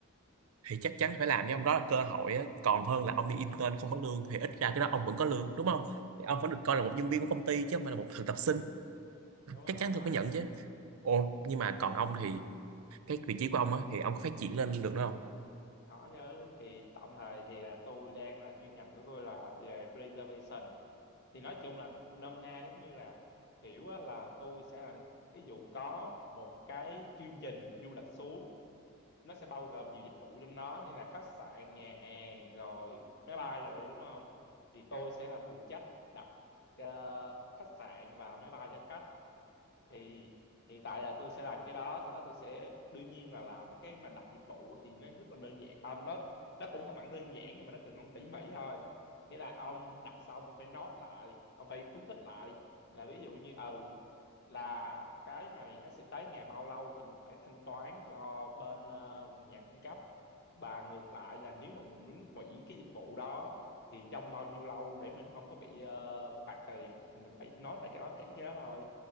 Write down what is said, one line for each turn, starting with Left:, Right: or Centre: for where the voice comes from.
Right: thì chắc chắn phải làm với ông đó là cơ hội á còn hơn là ông đi intern không có lương thì ít ra cái đó ông vẫn có lương đúng không thì ông vẫn được coi là một nhân viên của công ty chứ không phải là một thực tập sinh
Left: đúng rồi
Right: chắc chắn tôi phải nhận chứ ồ nhưng mà còn ông thì cái vị trí của ông á thì ông có phát triển lên được nữa không
Left: có chứ thì tạm thời thì là tôi đang là chuyên ngành của tôi là về reservation thì nói chung là nôm na giống như là hiểu á, là tôi sẽ là ví dụ có một cái chương trình du lịch xuống nó sẽ bao gồm nhiều dịch vụ trong đó như là khách sạn nhà hàng rồi máy bay rồi đi đúng không thì tôi sẽ là phụ trách đặt ờ, khách sạn và máy bay cho khách thì hiện tại là tôi sẽ làm cái đó sau đó tôi sẽ đương nhiên là làm mấy cái mà đặt dịch vụ thì nó rất là đơn giản ông nó nó cũng không hẳn đơn giản nhưng mà nó cần ông tỉ mỉ thôi nghĩa là ông đặt xong ông phải note lại ông phải chú thích lại là ví dụ như ừ là cái này nó sẽ tới ngày bao lâu thì mình phải thanh toán cho bên ờ, nhà cung cấp và ngược lại là nếu mà mình muốn hủy cái dịch vụ đó thì trong bao nhiêu lâu để mình không có bị ờ, phạt tiền thì mình phải note lại cái đó kỹ cái đó thôi